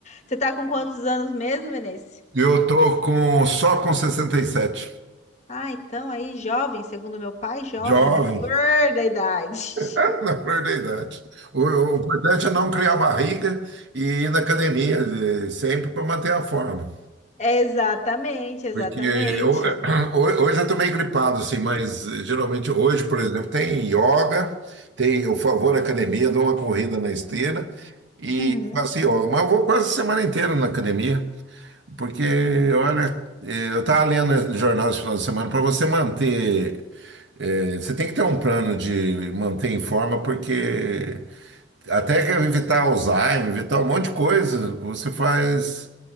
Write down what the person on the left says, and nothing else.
Você tá com quantos anos mesmo, Vinícius?
Ah, então aí, jovem, segundo meu pai, jovem,
na flor da idade.
<laughs> Exatamente, exatamente.
Uhum.